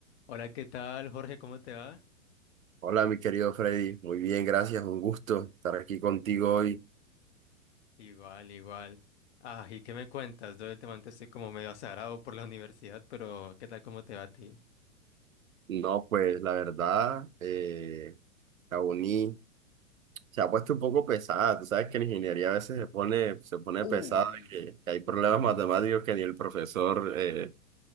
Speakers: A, on the left; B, on the right.
A: Hola, ¿qué tal, Jorge? ¿Cómo te va?
B: Hola, mi querido Freddy. Muy bien, gracias. Un gusto estar aquí contigo hoy.
A: Igual, igual. Ah, ¿y qué me cuentas? Yo últimamente estoy como medio azarado por la universidad, pero ¿qué tal cómo te va a ti?
B: No, pues la verdad, eh, la UNI se ha puesto un poco pesada. Tú sabes que la ingeniería a veces se pone, se pone
A: Uy,
B: pesada, que, que hay problemas matemáticos que ni el profesor eh,